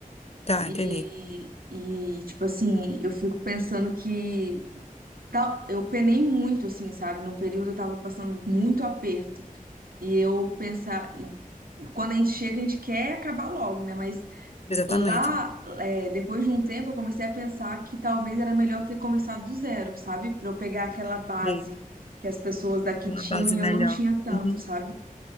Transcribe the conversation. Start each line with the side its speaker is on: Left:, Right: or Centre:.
Left: Tá,
Right: E,
Left: entendi.
Right: e tipo assim, eu fico pensando que tal, eu penei muito, assim, sabe? Num período eu tava passando muito aperto. E eu pensar, e quando a gente chega, a gente quer acabar logo, né? Mas
Left: Exatamente.
Right: Lá, é, depois de um tempo, eu comecei a pensar que talvez era melhor ter começado do zero, sabe? Pra eu pegar aquela base
Left: E
Right: que as pessoas daqui
Left: uma
Right: tinham
Left: base
Right: e
Left: melhor.
Right: eu não tinha tanto,
Left: Uhum,
Right: sabe?